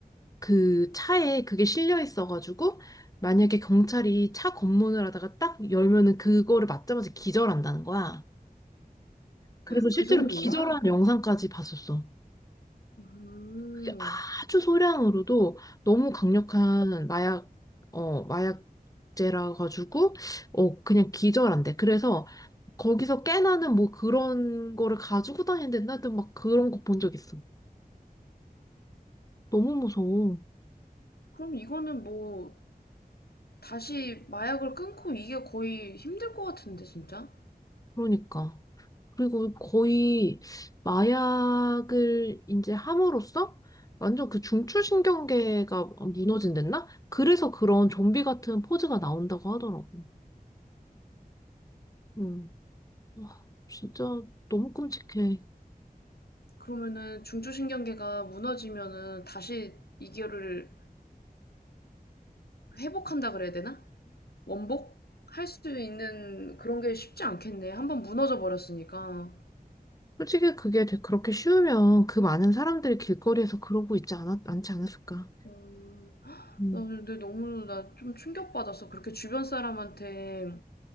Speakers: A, on the left (about 20°); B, on the left (about 90°).
A: 그 차에 그게 실려 있어가지고 만약에 경찰이 차 검문을 하다가 딱 열면은 그거를 맞자마자 기절한다는 거야. 그래서 실제로
B: 그 정도야?
A: 기절한 영상까지 봤었어.
B: 음.
A: 그게 아주 소량으로도 너무 강력한 마약, 어, 마약제라 가지고, 어, 그냥 기절한대. 그래서 거기서 깨나는 뭐 그런 거를 가지고 다니는데 나도 막 그런 거 본 적 있어. 너무 무서워.
B: 그럼 이거는 뭐 다시 마약을 끊고 이게 거의 힘들 것 같은데 진짜?
A: 그러니까. 그리고 거의 마약을 이제 함으로써 완전 그 중추신경계가 무너진댔나? 그래서 그런 좀비 같은 포즈가 나온다고 하더라고. 음. 와, 진짜 너무 끔찍해.
B: 그러면은 중추신경계가 무너지면은 다시 이거를 회복한다 그래야 되나? 원복? 할 수 있는 그런 게 쉽지 않겠네. 한번 무너져 버렸으니까.
A: 솔직히 그게 되- 그렇게 쉬우면 그 많은 사람들이 길거리에서 그러고 있지 않았, 않지 않았을까?
B: 음, 나
A: 음.
B: 근데 너무 나 좀 충격받았어. 그렇게 주변 사람한테